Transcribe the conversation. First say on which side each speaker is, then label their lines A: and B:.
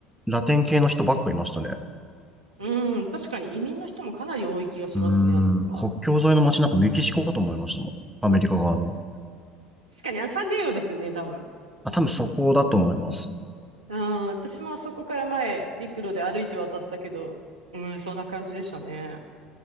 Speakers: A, in the centre; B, on the right.
A: ラテン系の人ばっかいましたね。
B: うん、確かに移民の人もかなり多い気がしますね、
A: うー
B: あそこは。
A: ん、国境沿いの街なんかメキシコかと思いましたもん。
B: <laughs>
A: アメリカ側の。
B: 確かに、あ、サンディエゴですよね、多分。
A: あ、多分そこだと思います。
B: うん、私もあそこから前、陸路で歩いて渡ったけど、うん、そんな感じでしたね。